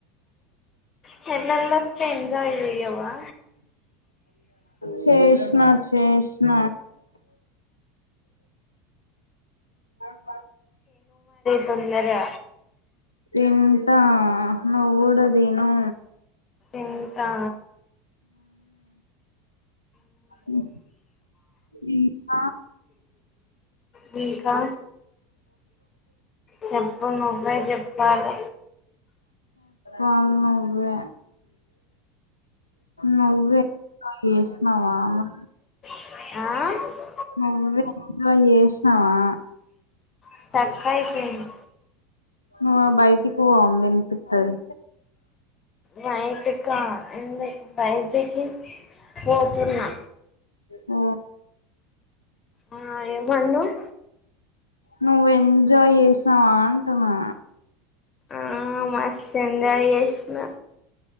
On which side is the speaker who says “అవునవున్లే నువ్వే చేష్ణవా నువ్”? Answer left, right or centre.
Left